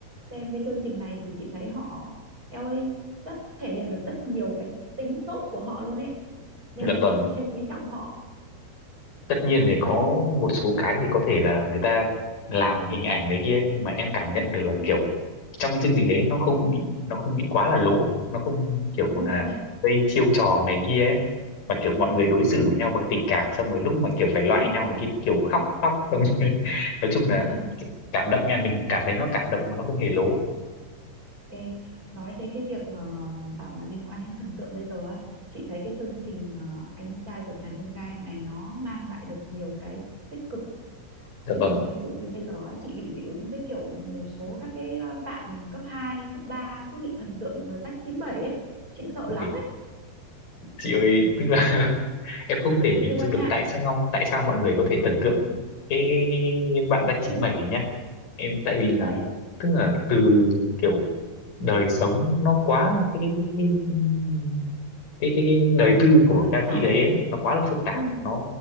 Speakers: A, on the right; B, on the left.
A: xem cái chương trình này thì chị thấy họ eo ơi rất thể hiện được rất nhiều cái tính tốt của họ luôn ấy nên
B: dạ
A: là
B: vâng
A: kiểu thêm quý trọng họ
B: tất nhiên thì có
A: đấy
B: một số cái thì có thể là người ta làm hình ảnh đấy kia nhưng mà em cảm nhận được là
A: ừ,
B: kiểu trong cái chương trình đấy nó không bị nó không bị quá là lố nó không kiểu
A: đúng
B: là
A: rồi
B: gây chiêu trò
A: đúng
B: này kia ấy mà kiểu
A: ừ,
B: mọi người đối xử với nhau bằng tình cảm xong rồi lúc mà kiểu phải loại
A: đúng đúng
B: nhau này cái kiểu
A: chính
B: khóc
A: xác
B: khóc xong rồi <laughs> nói chung là
A: <laughs>
B: kiểu cảm động nha mình cảm thấy nó cảm động mà nó không hề lố
A: Ê, nói đến cái việc ờ, bảo là liên quan đến thần tượng bây giờ á chị thấy cái chương trình ờ, anh trai vượt ngàn chông gai này nó mang lại được nhiều cái tích cực
B: dạ
A: chứ
B: vâng
A: còn ví dụ như bây giờ á, chị bị dị ứng với kiểu một số các cái ờ, bạn cấp 2 cấp 3 cứ bị thần tượng ờ, rách chín bảy ấy chị sợ
B: Ui,
A: lắm ấy
B: chị ơi tức là <laughs> em không
A: chị
B: thể
A: cực
B: hình
A: kỳ quan
B: dung được
A: ngại
B: tại sao tại sao mọi người có thể thần tượng cái cái cái, cái, cái bạn Jack 97
A: ừ
B: ấy nhá em tại vì là
A: đấy
B: tức là từ kiểu đời sống nó quá cái cái cái cái ừm, cái, cái, cái đời tư
A: quá
B: của
A: là
B: ca
A: phức tạp
B: sĩ đấy ấy, nó quá là phức tạp
A: ừ,
B: nó